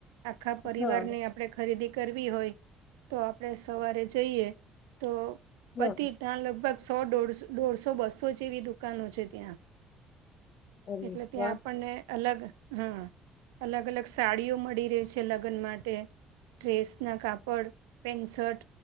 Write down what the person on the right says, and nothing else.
આખા પરિવારને
આપ આપણે ખરીદી કરવી હોય તો આપણે સવારે જઈએ તો
બધી જ ત્યાં લગભગ સો દોઢસો, દોઢસો, બસો જેવી દુકાનો છે ત્યાં.
એટલે ત્યાં
આપણને અલગ હા. અલગ અલગ સાડીઓ મળી રહે છ છે લગ્ન માટે ડ્રેસના કાપડ પેન્ટ શર્ટ